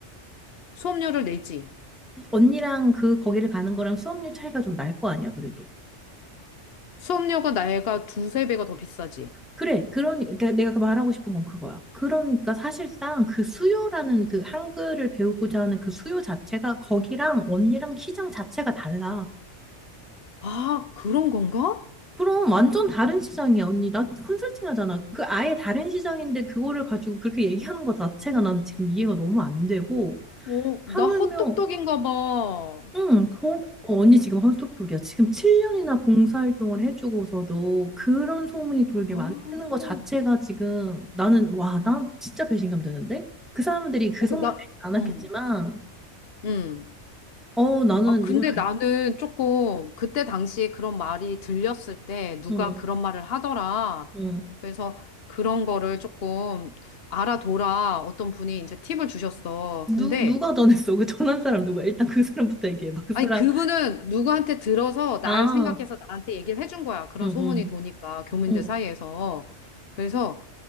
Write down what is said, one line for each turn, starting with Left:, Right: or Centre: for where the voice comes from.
Left: 수업료를 내지.
Centre: 언니랑 그, 거기를 가는 거랑 수업료 차이가 좀 날 거 아니야, 그래도.
Left: 수업료가 나이가 두세 배가 더 비싸지.
Centre: 그래, 그러니까 내가 말하고 싶은 건 그거야. 그러니까 사실상 그 수요라는 그 한글을 배우고자 하는 그 수요 자체가 거기랑 언니랑 시장 자체가 달라.
Left: 아, 그런 건가?
Centre: 그럼 완전 다른 시장이야, 언니. 나 컨설팅 하잖아. 그 아예 다른 시장인데 그거를 가지고 그렇게 얘기하는 것 자체가 난 지금 이해가 너무 안 되고.
Left: 어,
Centre: 하물며,
Left: 나 헛똑똑인가 봐. 어,
Centre: 응, 거- 어, 언니 지금 스떡도리야 지금 7년이나 봉사활동을 해주고서도 그런 소문이 돌게
Left: 아,
Centre: 만드는 것 자체가 지금 나는, 와, 난 진짜 배신감 드는데? 그 사람들이 그
Left: 어,
Centre: 소문을
Left: 그, 나,
Centre: 내지 않았겠지만,
Left: 음, 음.
Centre: 어, 나는
Left: 아, 근데
Centre: 이건 아니,
Left: 나는 조금 그때 당시에 그런 말이 들렸을 때 누가
Centre: 응,
Left: 그런 말을 하더라.
Centre: 응.
Left: 그래서 그런 거를 조금 알아둬라. 어떤 분이 이제 팁을 주셨어.
Centre: 누,
Left: 근데
Centre: 누가 전했어? 그 전한 사람 누구야? 일단 그 사람부터 얘기해봐. 그
Left: 아니,
Centre: 사람.
Left: 그분은 누구한테 들어서 날
Centre: 아.
Left: 생각해서 나한테 얘기를 해준 거야. 그런
Centre: 응,
Left: 소문이 도니까, 교민들
Centre: 응,
Left: 사이에서. 그래서